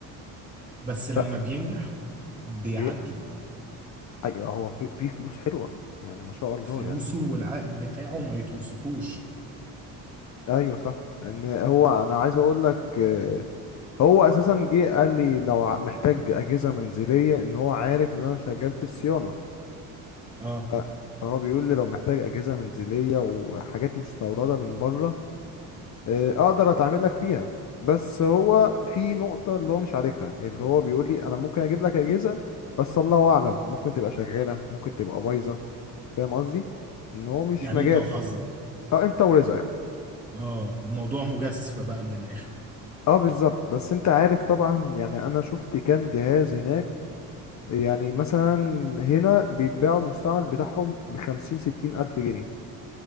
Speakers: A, on the right (about 20°); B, on the left (about 50°).
A: بس لما
B: ف-
A: بينجح بيعدي
B: بي... أيوة. أي هو في... في فلوس حلوة يعني ما شاء الله
A: فلوسه
B: يعني
A: والعائد بتاعه ما يتوصفوش
B: ايوه صح ان هو انا عايز اقول لك آه، هو اساسا جه قال لي لو ع- محتاج اجهزة منزلية ان هو عارف ان انا شغال في الصيانة
A: اه
B: ف- فهو بيقول لي لو محتاج أجهزة منزلية وحاجات مستوردة من بره آه، أقدر أتعامل لك فيها بس هو في نقطة اللي هو مش عارفها اللي هو بيقول لي أنا ممكن أجيب لك أجهزة بس الله أعلم ممكن تبقى شغالة ممكن تبقى بايظة فاهم قصدي؟ إن هو مش
A: يعني
B: مجال
A: انت وحظك
B: أه أنت ورزقك
A: اه الموضوع مجازفة بقى من الاخر
B: أه بالظبط بس أنت عارف طبعا يعني أنا شفت كام جهاز هناك يعني مثلا هنا بيتباعوا المستعمل بتاعهم بخمسين ستين ألف جنيه